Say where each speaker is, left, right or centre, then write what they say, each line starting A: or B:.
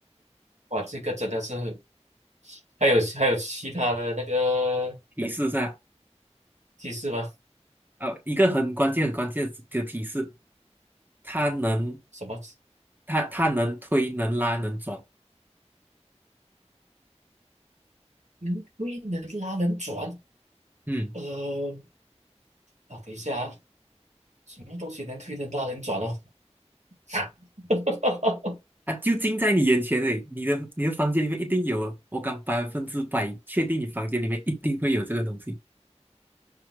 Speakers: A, on the right; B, on the right.
A: 哇，这个真的是。还有还有其他的那个
B: 提示是啊，
A: 提示吗？
B: 啊一个很关键很关键的提示，它能
A: 什么
B: 它它能推能拉能转，
A: 能推能拉能转？
B: 嗯。
A: 呃，啊，等一下啊，什么东西能推能拉能转哦？<laughs>
B: 啊，就近在你眼前而已你的你的房间里面一定有，我敢百分之百确定你房间里面一定会有这个东西。